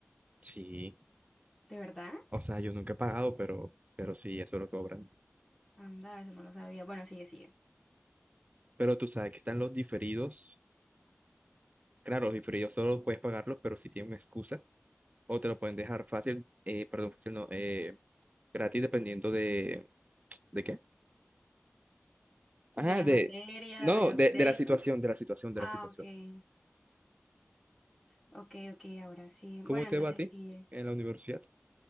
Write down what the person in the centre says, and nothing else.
¿De verdad?
Anda, eso no lo sabía. Bueno, sigue, sigue.
De
la
materia,
de los
créditos.
Ah,
ok. Ok, ok, ahora sí.
Bueno,
entonces
sí.